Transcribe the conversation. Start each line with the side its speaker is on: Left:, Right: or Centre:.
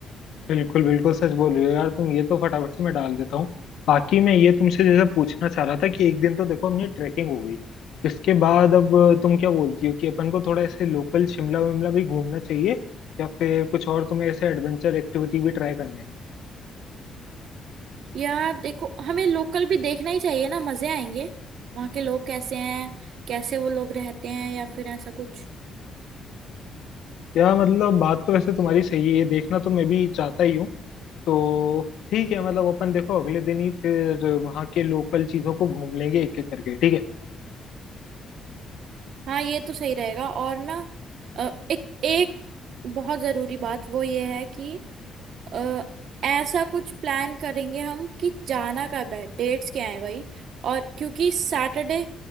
Left: बिल्कुल बिल्कुल सच बोल रही हो यार तुम ये तो फटाफट से मैं डाल देता हूँ बाकी मैं ये तुमसे जैसे पूछना चाह रहा था कि एक दिन तो देखो हमने ट्रैकिंग हो गई इसके बाद अब तुम क्या बोलती हो कि अपन को थोड़ा ऐसे लोकल शिमला विमला भी घूमना चाहिए या फिर कुछ और तुम्हें ऐसे एडवेंचर एक्टिविटी भी ट्राई करने
Right: यार देखो हमें लोकल भी देखना ही चाहिए ना मजे आएंगे वहाँ के लोग कैसे हैं कैसे वो लोग रहते हैं या फिर ऐसा कुछ
Left: या मतलब बात तो वैसे तुम्हारी सही है ये देखना तो मैं भी चाहता ही हूँ तो ठीक है मतलब अपन देखो अगले दिन ही फिर वहाँ के लोकल चीजों को घूम लेंगे एक एक करके ठीक है
Right: हाँ ये तो सही रहेगा और ना अ, एक एक बहुत जरूरी बात वो ये है कि अ, ऐसा कुछ प्लान करेंगे हम कि जाना कब है डेट्स क्या है भाई और क्योंकि सैटरडे